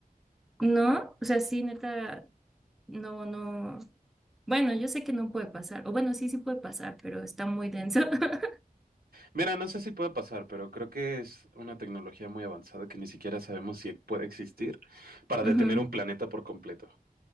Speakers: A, in the centre; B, on the right.
A: No, o sea, sí, neta, no, no. Bueno, yo sé que no puede pasar, o bueno, sí, sí puede pasar, pero está muy denso. <laughs>
B: Mira, no sé si puede pasar, pero creo que es una tecnología muy avanzada que ni siquiera sabemos si puede existir para
A: Ujú.
B: detener un planeta por completo.